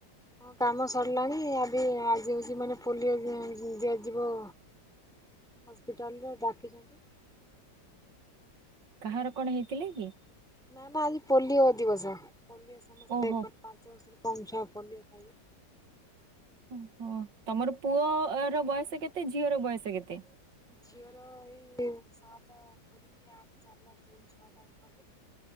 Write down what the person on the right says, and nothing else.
କାହାର କଣ ହେଇଥିଲେ କି?
ଓହୋ
ଓ ହୋ ତମର ପୁଅ ର ବୟସ କେତେ ଝିଅ ର ବୟସ କେତେ?